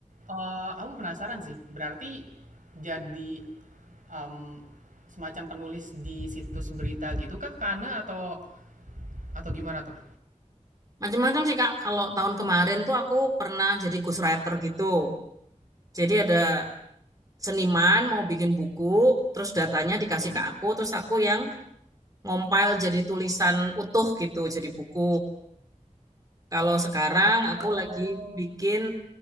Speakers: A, on the right (about 80°); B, on the right (about 25°).
A: eh, aku penasaran sih. Berarti jadi em, semacam penulis di situs berita gitu kah, Kak Ana? Atau, atau gimana tuh?
B: Macam-macam sih Kak. Kalau tahun kemarin tuh aku pernah jadi ghostwriter gitu. Jadi ada seniman mau bikin buku, terus datanya dikasih
A: Mhm.
B: ke aku, terus aku yang ngompil jadi tulisan utuh gitu, jadi buku. Kalau sekarang aku
A: Oh.
B: lagi bikin